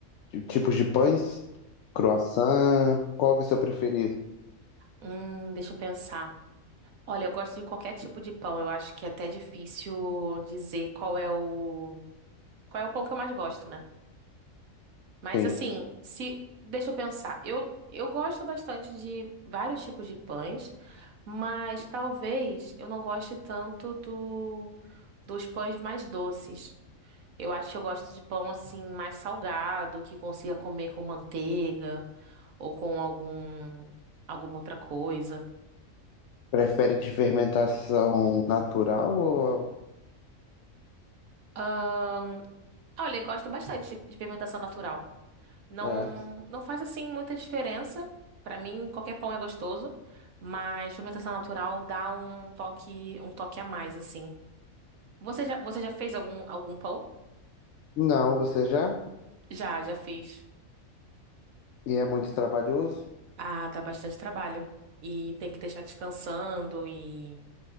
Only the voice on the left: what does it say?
de tipos de pães? Croissant? Qual que é o seu preferido?
Sim.
Prefere de fermentação natural ou...
É.
Não, você já?
E é muito trabalhoso?